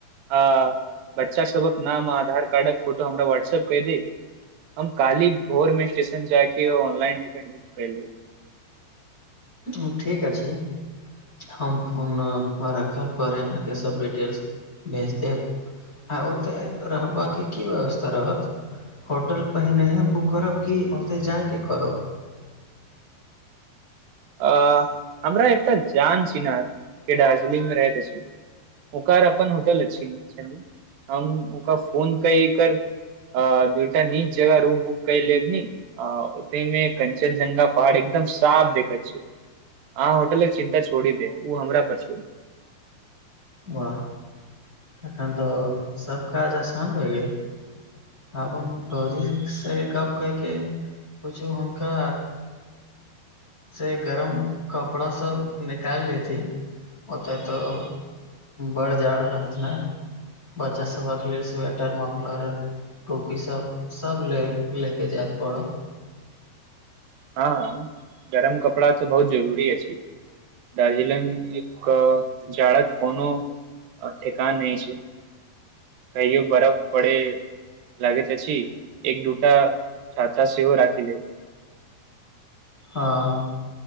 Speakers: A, on the right (about 70°); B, on the left (about 20°).
A: अ बच्चा सबक नाम आधार कार्डक फोटो हमरा व्हाट्सऐप कयदे हम काली भोरमे स्टेशन जाय के ऑनलाइन टिकट बुक कर ले
B: ओ ठीक अछि हम फोन रखल पड़ै अहाँके सभ डिटेल्स भेज देब आ ओतऽ रहबाके की व्यवस्था रहत होटल पहिनहे बुक करब कि ओतय जाइके करब
A: अ हमरा एकटा जान छीनार के दार्जिलिंग मे रहैत अछि ओकर अपन होटल छै हम ओकर फोन कय के अ दूटा नीच जगह रूम बुक कय लेबनी आ ओतेमे कंचन झ्ंगा पहाड़ एकदम साफ देखैत अब होटल के चिन्ता छोड़ी दे ओ हमरा पर छोड़ि दियौ
B: वाह तखन तऽ सभ काज आसान भए गेल आब हम भौजी से गप्प कयके कुछु हुनका से गरम कपड़ा सब निकाल लीथी ओतै तऽ बढ़ जाड़ रहत ने बच्चा सभक लेल स्वेटर मफलर टोपी सब सब ले लेके जाएके पड़त
A: हँ गरम कपड़ा तऽ बहुत जरूरी अछि छै दार्जलिंग एक जाड़ककोनो ठेेकान नहि छै कहियो बरफ पड़े लागेत अछि एक दूटा छाता सेहो राखिलेब
B: हँ